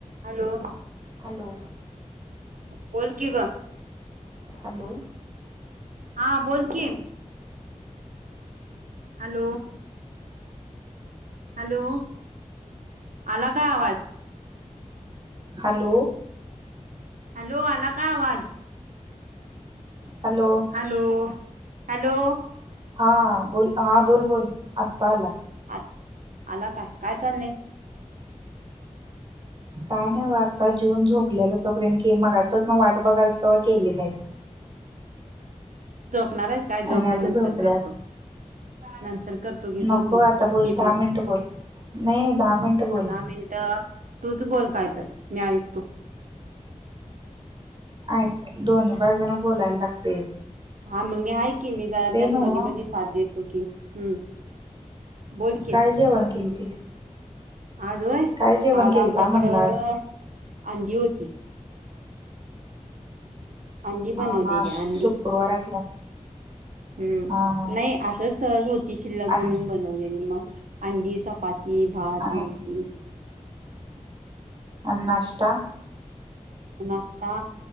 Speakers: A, on the right; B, on the right.
A: Hello.
B: Hello.
A: बोल की गं,
B: हॅलो
A: हा बोल की, हॅलो. हॅलो, आला काय आवाज.
B: हॅलो.
A: हॅलो, आला काय आवाज.
B: हॅलो
A: हॅलो, हॅलो
B: हा बोल हा, बोल बोल आत्ता आला.
A: आ आला काय, काय चालंय.
B: काय नाही बघ. आता जेवून झोपलेलो तोपर्यंत, मघापासून वाट बघालतो‌, केली नाहीस.
A: झोपणार आहेस काय? झोप
B: आणि
A: मग
B: आता
A: नंतर
B: झोपल्यावर
A: करतो. नंतर करतो घे. झोप
B: नको
A: मग
B: आता बोल
A: मी
B: दहा
A: पण,
B: मिनिटं बोल नाही दहा मिनिटं
A: आता
B: बोल
A: दहा मिनटं, तूच बोल काय तर मी ऐकतो.
B: ऐक दोन्ही बाजूनी बोलायला लागते.
A: हा मग मी आहे की मी जरा त्यात
B: नव्ह
A: मध्ये मध्ये साथ देतो की हम्म. बोल की
B: काय जेवण केलतीस.
A: आज होय
B: काय जेवण
A: आज
B: केलता
A: आमच्याकडं
B: म्हणला आज
A: अंडी होती. अंडी
B: हा
A: बनवलेली
B: हा शुक्रवार
A: अंडी
B: असल्या
A: हम्
B: हा हा
A: नाही असंच. सहज होती शिल्लक
B: आणि
A: म्हणून बनवलेली मग अंडी चपाती भात
B: आणि
A: आमटी.
B: आणि नाष्टा.
A: नाशता